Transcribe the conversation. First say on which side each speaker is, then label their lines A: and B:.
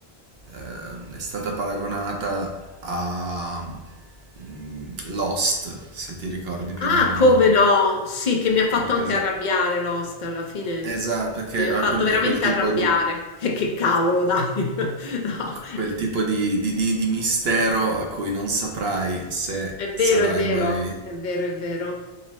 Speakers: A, on the right; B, on the left.
A: Ehm, è stata paragonata a mm, Lost, se ti ricordi più
B: Ah,
A: o meno
B: come no? Sì, che mi ha fatto
A: di cosa.
B: anche arrabbiare Lost, alla fine
A: Esatto, perché
B: mi ha
A: ha
B: fatto
A: quel-
B: veramente
A: è quel tipo
B: arrabbiare.
A: di...
B: <laughs> E che cavolo, dai. <laughs> No,
A: Quel tipo di, di- di- di mistero a cui non saprai se
B: è vero,
A: sarai
B: è vero,
A: mai...
B: è vero, è vero.